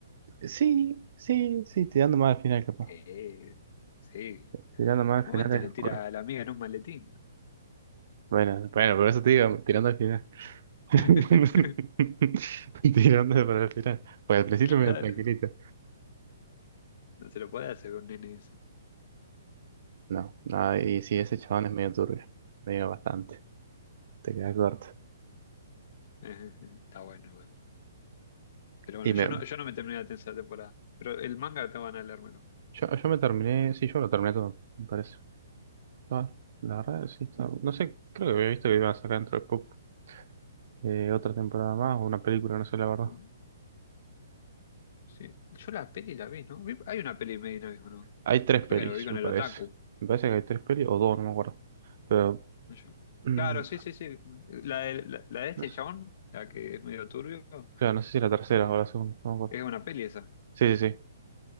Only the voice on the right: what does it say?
Sí, sí, sí, tirando más al final, capaz.
Tirando más
al
final
es
oscuro.
Bueno, bueno, por eso te digo, tirando al final. <laughs>
Tirando para el final. Pues al principio
medio tranquilito.
No, no, y sí, ese chabón es medio turbio. Medio bastante. Te quedas corto.
Y me,
yo, yo me terminé, sí, yo lo terminé todo, me parece. No, la verdad, sí, está- no sé, creo que había visto que iban a sacar dentro de poco eh, otra temporada más o una película, no sé la verdad.
Hay tres
pelis,
me
parece.
Me parece que hay tres pelis o dos, no me acuerdo. Pero,
<clears throat> mm,
no sé,
claro, no sé si la tercera
o la segunda, no me acuerdo.
Sí, sí, sí.